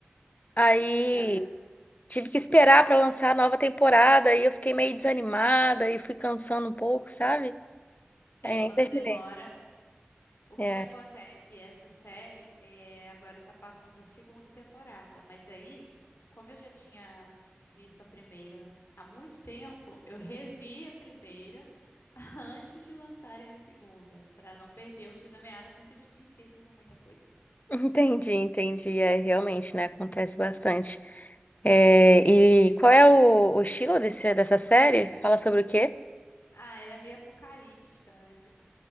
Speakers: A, on the left; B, on the left.
A: Aí
B: é
A: tive que esperar pra lançar a nova temporada, aí eu fiquei meio desanimada e fui cansando um pouco, sabe?
B: É,
A: Aí nem
B: quando
A: terminei.
B: demora, o que
A: É,
B: que acontece? Essa série é, agora tá passando a segunda temporada, mas aí, como eu já tinha visto a primeira há muito tempo, eu revi a primeira <laughs> antes de lançarem a segunda, pra não perder o fio da meada, porque eu já tinha esquecido muita coisa.
A: <laughs> entendi, entendi. É, realmente, né? Acontece bastante. É, e qual é o, o estilo desse, dessa série? Fala sobre o quê?
B: Ah, ela é meio apocalíptica, né?